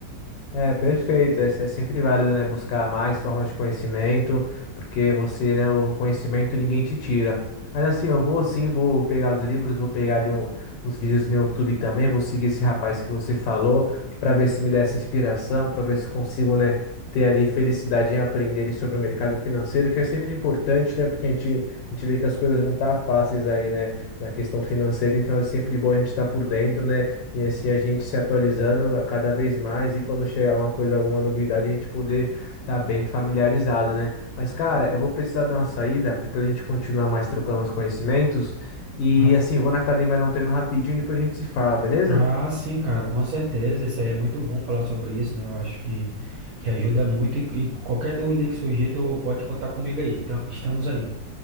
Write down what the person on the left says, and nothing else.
É, perfeito. É, se- é sempre válido, né, buscar mais formas de conhecimento, porque você, né, o conhecimento ninguém te tira. Mas assim, eu vou sim, vou pegar os livros, vou pegar ali um- uns vídeos no YouTube também, vou seguir esse rapaz que você falou, para ver se me dá essa inspiração, para ver se consigo, né, ter ali felicidade em aprender ali sobre o mercado financeiro, que é sempre importante, né, porque a gente, a gente vê que as coisas não tá fáceis aí, né, na questão financeira, então é sempre bom a gente estar por dentro, né, e assim a gente se atualizando a cada vez mais e quando chegar alguma coisa, alguma novidade, a gente poder estar bem familiarizado, né? Mas, cara, eu vou precisar dar uma saída, depois a gente continua mais trocando os conhecimentos. E
assim, eu vou na academia dar um treino rapidinho, e depois a gente se fala, beleza?